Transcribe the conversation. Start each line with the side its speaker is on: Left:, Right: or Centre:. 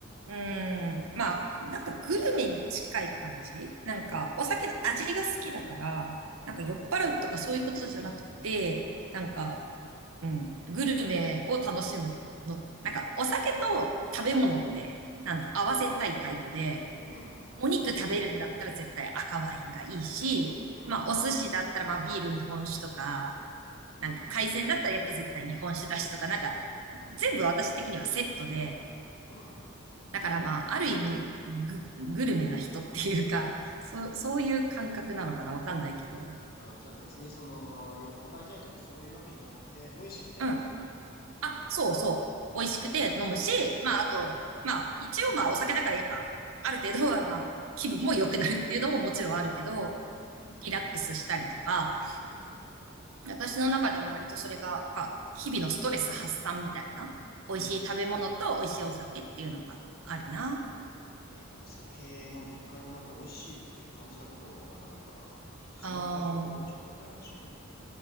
Right: うん。まあ、なんかグルメに近い感じなんか、お酒の味が好きだから、なんか酔っ払うとかそういうことじゃなくて、
Left: う。うん、ふんふん。
Right: なんか、うん、グルメを楽しむの、なんかお酒と食べ物って、なんだろう、合わせたいタイプで、
Left: うん、ふんふん。
Right: お肉食べるんだったら絶対赤ワインがいいし、
Left: うん、
Right: まあお寿司だったらまあビール日本酒とか、なんか海鮮だったらやっぱ絶対日本酒だしとか、
Left: うん、ふんふん。
Right: なんか全部私的にはセットで、
Left: うん。
Right: だからまあある意味グ、グルメな人っていうか、そう、そういう感覚なのかなわかんないけど。
Left: あー、じゃあ別にその、酔っ払いたいとかそういうわけじゃなくて、美味しくて飲んでるってこと。
Right: うん、あ、そうそう。美味しくて飲むし、
Left: ああ。
Right: まあ、あと、まあ、一応まあ、お酒だからやっぱ、ある程度はまあ、気分も良くなるっていうのももちろんあるけど、
Left: うん、ふんふん。
Right: リラックスしたりとか、
Left: うん。うん、
Right: 私の中では割とそれが、まあ日々のストレス発散みたいな、美味しい食べ物と美味しいお酒っていうのがあるな。
Left: ふんふんふんふん。へえ、お酒飲んで一回もなんか美味しいって感じたことがないから、ちょっとその感覚はちょっと羨ましいかも。
Right: あー、